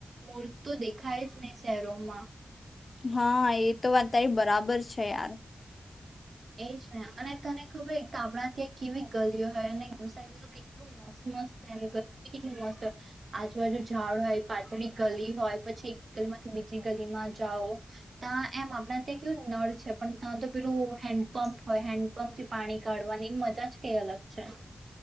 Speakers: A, on the right; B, on the left.
A: મૂર્ તો દેખાય જ ને શહેરોમાં
B: હા એ તો વાત તારી બરાબર છે યાર
A: એજ ને અને તને ખબર આપણા ત્યાં કેવી ગલીઓ હોય અને તો કેટલું મત મસ્ત ગ કેટલી મસ્ત આજુબાજુ ઝાડ હોય પાતળી ગલી હોય પછી એક ગલીમાંથી બીજી ગલીમાં જાઓ ત્યાં એમ આપણા ત્યાં કેવું નળ છે પણ ત્યાં તો પેલું હેન્ડ પંપ હોય હેન્ડપંપ થી પાણી કાઢવાની મજા જ કઈ અલગ છે